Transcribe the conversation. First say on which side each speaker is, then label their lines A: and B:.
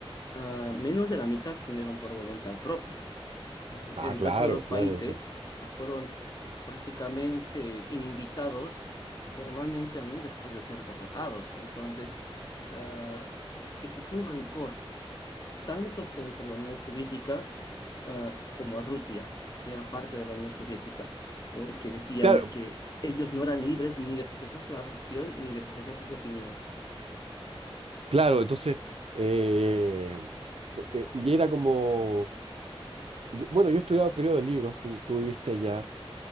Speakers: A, on the left (about 40°); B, on the right (about 80°).
A: ah, menos de la mitad se unieron por voluntad propia. El,
B: Ah,
A: el
B: claro,
A: resto de los
B: claro,
A: países
B: ese.
A: ah, fueron prácticamente invitados formalmente a mí después de ser derrotados. Entonces, ah, existía un rencor tanto frente a la Unión Soviética ah, como a Rusia, que era parte de la Unión Soviética, porque decían
B: Claro,
A: que ellos no eran libres ni de profesar la religión ni de profesar sus opiniones.
B: claro, entonces, eh, eh, y era como, yo- bueno, yo he estudiado periodo de libros, tú, tú viviste allá,